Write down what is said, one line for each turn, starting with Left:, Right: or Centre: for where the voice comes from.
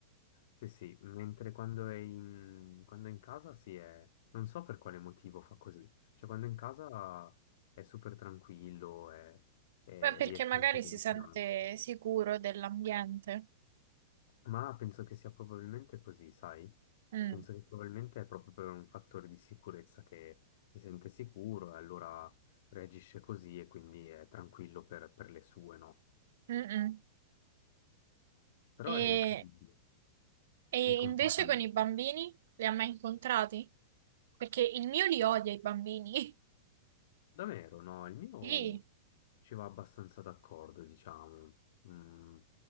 Left: Sì, sì, mentre quando è in, quando è in casa si è... non so per quale motivo fa così, cioè quando è in casa è super tranquillo, è, è-
Right: Beh, perché
Left: riesce
Right: magari
Left: anche ad
Right: si
Left: avvicinarsi.
Right: sente sicuro dell'ambiente.
Left: Ma penso che sia probabilmente così, sai?
Right: Mm.
Left: Penso che probabilmente è proprio per un fattore di sicurezza che si sente sicuro e allora reagisce così e quindi è tranquillo per, per le sue, no?
Right: Mm-mm.
Left: Però
Right: E,
Left: è incredibile
Right: e
Left: i comportamenti.
Right: invece con i bambini li ha mai incontrati? Perché il mio li odia i bambini. <laughs>
Left: Davvero, no, il mio
Right: Sì.
Left: ci va abbastanza d'accordo, diciamo. Mm,